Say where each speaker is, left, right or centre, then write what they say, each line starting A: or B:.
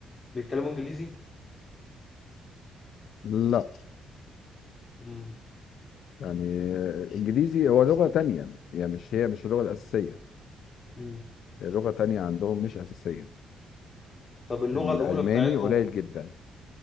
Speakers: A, on the left; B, on the left.
A: بيتكلموا انجليزي
B: لا
A: مم.
B: يعني آه، الانجليزي هو لغة تانية يعني مش هي مش اللغة الاساسية
A: مم.
B: هي لغة تانية عندهم مش اساسية
A: طب اللغة
B: الالماني
A: الأولى بتاعتهم
B: قليل جدا